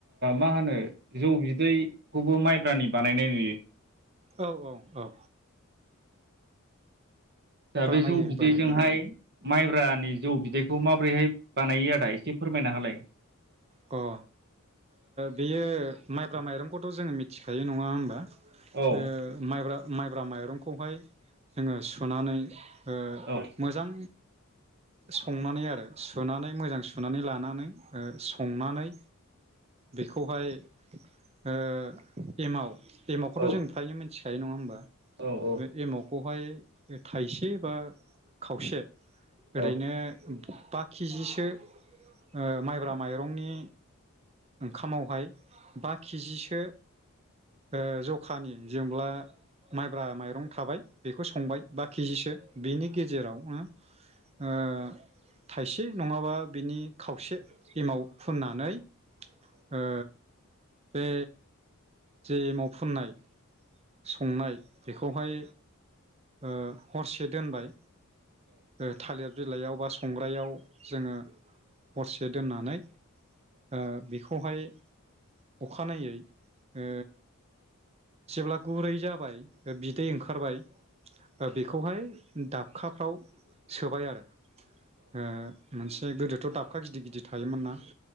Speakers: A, on the right; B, on the right.
A: मा होनो जौ बिदैखौबो माइब्रानि बानायनाय नुयो
B: औ औ औ
A: दा
B: बानायो
A: बे जौ बिदैजोंहाय
B: बानायो
A: माइब्रानि जौ बिदैखौ माबोरैहाय बानायो आदा एसे फोरमायना होलाय
B: अ ओ बेयो माइब्रा माइरंखौ थ' जोङो मिथिखायो नङा होमबा
A: औ
B: ओ माइब्रा माइब्रा माइरंखौहाय जोङो सुनानै ओ
A: औ
B: मोजां संनानै आरो सुनानै मोजां सुनानै लानानै ओ संनानै बेखौहाय ओ एमाव एमावखौथ'
A: औ
B: जों फ्रायनो मोन थिखायो नङा होमबा
A: औ औ
B: बे एमाव खौहाय थाइसे बा खावसे ओरैनो
A: औ-औ-औ-औ-औ-औ-औ-औ-औ-औ
B: बा किजिसो ओ माइब्रा नि ओंखामावहाय बा किजिसो ओ जखानि जोंब्ला माइब्रा माइरं थाबाय बेखौ संबाय बा किजिसो बिनि गेजेराव आ ओ थाइसे नङाबा बिनि खावसे एमाव फुननानै ओ बे जे एमाव फुननाय संनाय बेखौहाय ओ हरसे दोनबाय ओ थालेर बिलाइयाव बा संग्रायाव जोङो हरसे दोननानै ओ बेख खौहाय अखानायै ओ जेब्ला गुरै जाबाय ओ बिदै ओंखारबाय ओ बेखौहाय दाबखाफ्राव सोबाय आरो। ओ मोनसे गोदोथ' दाबखा गिदि गि दि थायोमोन ना